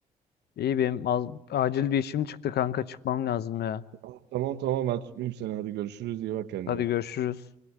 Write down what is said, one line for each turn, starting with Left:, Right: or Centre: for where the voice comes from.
Left: İyi benim az- acil bir işim çıktı kanka çıkmam lazım ya.
Right: Ah, Tamam tamam ben tutmayayım seni. Hadi görüşürüz. İyi bak kendine.
Left: Hadi görüşürüz.